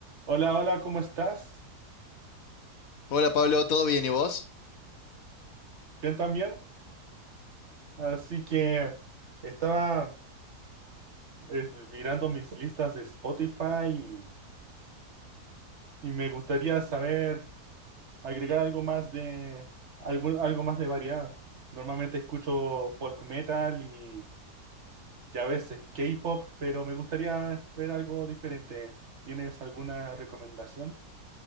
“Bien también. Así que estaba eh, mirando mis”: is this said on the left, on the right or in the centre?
Right